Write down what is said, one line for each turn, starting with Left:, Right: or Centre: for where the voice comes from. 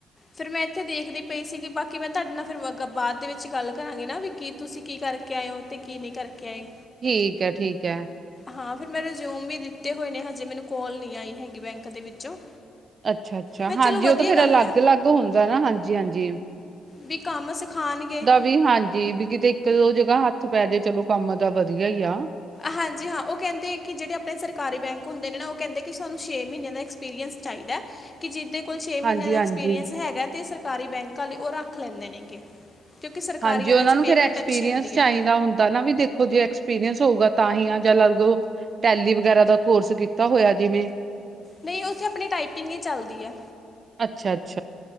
Left: ਫਿਰ ਮੈਂ ਇੱਥੇ ਦੇਖਦੀ ਪਈ ਸੀ, ਕਿ ਬਾਕੀ ਮੈਂ ਤੁਹਾਡੇ ਨਾਲ ਫਿਰ ਅ ਬਾਅਦ ਦੇ ਵਿੱ ਚੀ, ਗੱਲ ਕਰਾਂਗੇ ਨਾ, ਵੀ ਕੀ ਤੁਸੀਂ ਕੀ ਕਰਕੇ ਆਇਓ ਅਤੇ ਕੀ ਨਈਂ ਕਰਕੇ ਆਏ।
Right: ਠੀਕ ਐ, ਠੀਕ ਐ।
Left: ਹਾਂ, ਫਿਰ ਮੈਂ ਰਿਜ਼ਊਮ ਵੀ ਦਿੱਤੇ ਹੋਏ ਨੇ ਹਜੇ ਮੈਨੂੰ ਕੋਲ ਨੀ ਆਈ ਹੈਗੀ ਬੈਂਕ ਦੇ ਵਿੱਚੋਂ।
Right: ਅੱਛਾ ਅੱਛਾ,
Left: ਮੈਂ
Right: ਹਾਂਜੀ
Left: ਚਲੋ ਵਧੀਆ
Right: ਉਹ ਤਾਂ ਫੇਰ
Left: ਗੱਲ
Right: ਅਲੱਗ-ਅਲੱਗ
Left: ਹੈ
Right: ਹੁੰਦਾ ਨਾ, ਹਾਂਜੀ ਹਾਂਜੀ।
Left: ਵੀ ਕੰਮ ਸਿਖਾਣਗੇ।
Right: ਵੀ ਹਾਂਜੀ ਵੀ ਕਿਤੇ ਇੱਕ ਦੋ ਜਗ੍ਹਾ ਹੱਥ ਪੈ ਜੇ, ਚਲੋਂ ਕੰਮ ਦਾ ਵਧੀਆ ਈ ਆ।
Left: ਹਾਂਜੀ ਹਾਂ, ਉਹ ਕਹਿੰਦੇ ਕਿ ਜਿਹੜੇ ਆਪਣੇ ਸਰਕਾਰੀ ਬੈਂਕ ਹੁੰਦੇ ਨੇ ਨਾ ਉਹ ਕਹਿੰਦੇ ਕਿ ਸਾਨੂੰ ਛੇ ਮਹੀਨਿਆਂ ਦਾ ਏਕਸ ਪੀਰੀਅਸ ਚਾਈਦਾ। ਕਿ ਜਿਹਦੇ ਕੋਲ ਛੇ ਮਹੀਨਿਆਂ
Right: ਹਾਂਜੀ-ਹਾਂਜੀ।
Left: ਦਾ ਐਕਸਪੀਰੀਅੰਸ ਹੈਗਾ ਤੇ ਸਰਕਾਰੀ ਬੈਂਕ ਆਲੇ ਉਹ ਰੱਖ ਲੈਂਦੇ ਨੇਗੇ। ਕਿਉਂਕਿ ਸਰਕਾਰੀ
Right: ਹਾਂਜੀ,
Left: ਵਾਲਿਆਂ
Right: ਉਹਨਾਂ
Left: 'ਚ
Right: ਨੂੰ ਫਿਰ
Left: ਪੇਮੈਂਟ
Right: ਐਕਸਪੀਰੀਅੰਸ
Left: ਅੱਛੀ ਹੁੰਦੀ
Right: ਚਾਹੀਦਾਂ
Left: ਹੈ
Right: ਹੁੰਦਾ ਨਾ ਵੀ ਦੇ ਐਕਸਪੀਰੀੰਸ ਹੋਊਗਾ ਤਾਂ ਹੀ ਆ, ਜਾਂ ਅਲਗ ਟੈਲੀ ਵਗੈਰਾ ਦਾ ਕੋਰਸ ਕੀਤਾ ਹੋਇਆ ਜਿਵੇਂ।
Left: ਨਈਂ ਉੱਥੇ ਆਪਣੀ ਟਾਈਪਿੰਗ ਈ ਚੱਲਦੀ ਐ।
Right: ਅੱਛਾ ਅੱਛਾ।